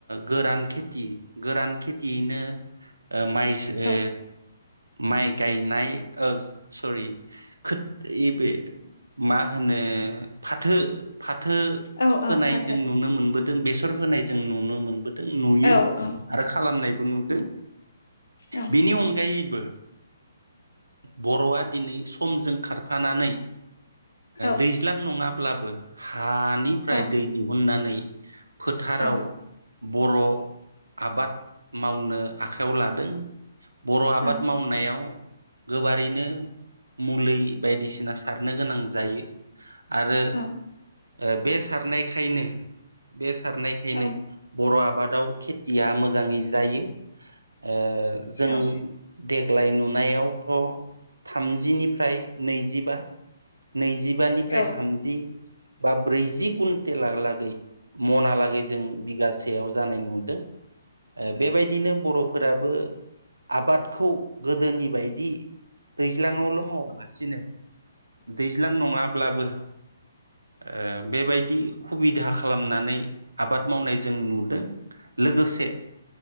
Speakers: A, on the right; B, on the left.
A: गोरान खेथि गोरान खेथियैनो ओ माइस ओ
B: औ
A: माइ गायनाय ओ सरि खोथ यै बे मा होनो। फाथो फाथो
B: औ
A: फोनाय
B: औ माथो
A: जों नुनो मोनबोदों बेसर फोनाय जों नुनो मोन बोदों नुयो
B: औ औ
A: आरो खालामनायबो नुदों
B: औ
A: बेनि अनगायैबो बर'आ दिनै समजों खार। फानानै
B: औ
A: दैज्लां नङाब्लाबो। हानिफ्राय
B: औ
A: दै दिहुननानै फोथाराव।
B: औ
A: बर' आबाद मावनो आखायाव लादों बर' आबाद
B: औ
A: मावनायाव गोबारैनो। मुलि बायदिसिना सारनो गोनां जायो आरो।
B: औ
A: ओ बे सारनायखायनो बे सारनायखायनो
B: औ
A: बर' आ। आबादाव खेथिया मोजाङै जायो। ओ जों
B: औ
A: देग्लाय नुनायावथ' थामजिनि फ्राय नैजिबा। नैजिबानिफ्राय
B: औ
A: थामजि बा ब्रैजि कुन तेलाग लागै मनालागै जों बिगासेयाव जानाय नुदों। ओ बेबायदिनो बर'फोराबो आबादखौ गोदोनि बायदि दैज्लां आवल' मा वालासिनो दैज्लां नङाब्लाबो ओ बेबायदि खुबिदा खालामनानै आबाद मावनाय जों नुदों। लोगोसे